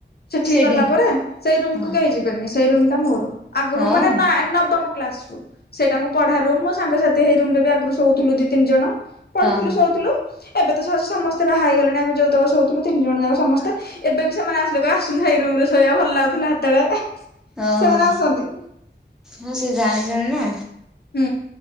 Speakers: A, on the left; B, in the centre.
A: ସେଠିକି
B: ସେଇଠି
A: ଗଲାପରେ ସେଇ ରୁମକୁ
B: ହଁ
A: କେହି ଯିବେନି ସେଇ ରୁମଟା ମୋର। ଆଗୁରୁ
B: ହଁ ହଁ
A: ମାନେ ନା ନବମ କ୍ଲାସରୁ। ସେଇଟା ମୁଁ ପଢା ରୁମ୍ ମୋ ସାଙ୍ଗସାଥି ହେଇ ରୁମରେ ବି ଆଗରୁ ଶୋଉଥୁଲୁ ଦିତିନି ଜଣ ପଢୁଥୁଲୁ
B: ହଁ।
A: ଶୋଉଥୁଲୁ। ଏବେ ତ ସହଜେ ସମସ୍ତେ ବାହା ହେଇଗଲେଣି ଆମେ ଯୋଉତକ ଶୋଉଥୁଲୁ ତିନଜଣ ଯାକ ସମସ୍ତେ ଏବେ ବି ସେମାନେ ଆସିଲେ କହିଏ ଆସୁନୁ ହେଇ ରୁମରେ ଶୋଇବା ଭଲଲାଗୁଥିଲା ହେତୋଳେ
B: ଓହୋ
A: ସେମାନେ ଆସନ୍ତି।
B: ହଁ ସେ ଜାଣିଚନ୍ତି ନା।
A: ହୁଁ